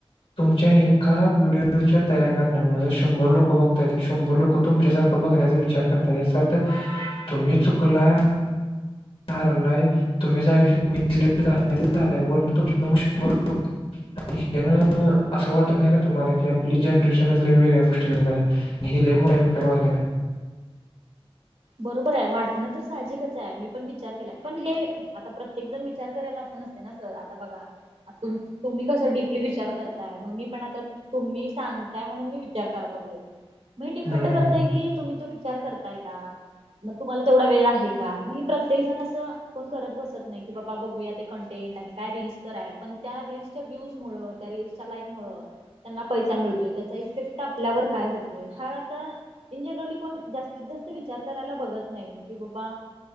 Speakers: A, on the left; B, on the right.
A: तुमच्या एका व्हिडिओच्या तयार करण्यामुळे शंभर लोक बघतायत शंभर लोक तुमच्या <unintelligible> बघण्याचा विचार करता सथ तुम्ही चुकलाय हारलाय. <unintelligible> <unintelligible> असं वाटत नाही का तुम्हाला की आपली जनरेशनच लय वेगळ्या गोष्टी निघा हले्पक्ट व्हायला नाही.
B: बरोबर आहे वाटणं तर साहजिकच आहे मी पण विचार केलाय पण हे आता प्रत्येक जण विचार करायला. नसते ना सर आता बघा. तुम्ही कस डडीपली विचार करताय मग मी पण आता तुम्ही सांग त्यामुळं मी विचार कराला लागले मी डिपेंड
A: हम्म
B: करतेय की तुम्ही तो विचार करताय का मग तुम्हाला तेवढा वेळ आहे का मग प्रत्येक जण असं कोण करत बसत नाही की बाबा बघूया ते कंटेंट आणि काय रील्स तर आहे पण त्या रीलसच्या व्हीव्स मुळ त्या रिल्सच्या लाईक मुळं त्यांना पैसा मिळतोय त्याचा इफेक्ट आपल्यावर काय होतोय हा आता इन जनरली कोण जास्तीत जास्त विचार करायला बघत नाही की बाबा